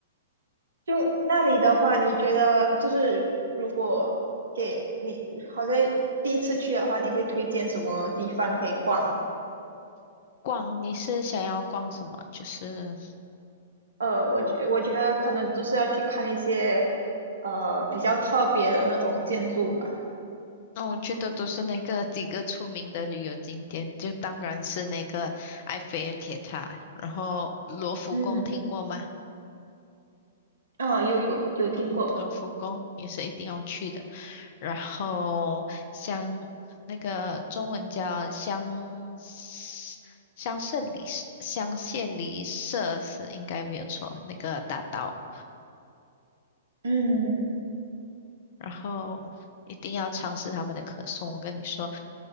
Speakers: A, on the right (about 70°); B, on the left (about 50°).
A: 就那里的话，你觉得就是如果给你好像第一次去的话，你会推荐什么地方可以逛？
B: 逛你是想要逛什么？就是，
A: 呃，我觉我觉得可能就是要去看一些呃比较特别的那种建筑吧。
B: 那、我觉得都是那个几个出名的旅游景点，就当然是那个埃菲尔铁塔，然后罗浮宫听过吗？
A: 嗯，啊，有有有听过，
B: 嗯，罗浮宫也是一定要去的。然后像那个中文叫香香榭里香榭里舍是应该没有错，那个大道。
A: 嗯，
B: 然后一定要尝试他们的可颂。我跟你说，